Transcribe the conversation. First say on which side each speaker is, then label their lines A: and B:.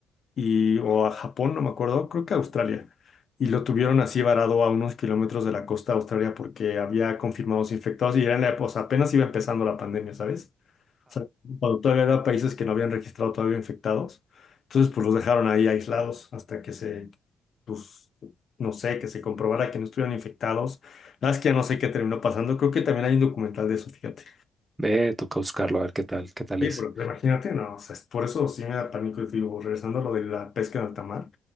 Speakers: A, on the left; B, on the right.
A: y, o a Japón, no me acuerdo, creo que a Australia. Y lo tuvieron así varado a unos kilómetros de la costa de Australia porque había confirmados infectados y era en la época, o sea, apenas iba empezando la pandemia, ¿sabes? O sea, cuando todavía había países que no habían registrado todavía infectados. Entonces, pues los dejaron ahí aislados hasta que se, pues, no sé, que se comprobara que no estuvieran infectados. La verdad es que ya no sé qué terminó pasando. Creo que también hay un documental de eso, fíjate.
B: Ve, toca buscarlo a ver qué tal, qué tal
A: Sí,
B: es.
A: pero imagínate, no, o sea, es- por eso sí me da pánico y digo, regresando a lo de la pesca en alta mar, o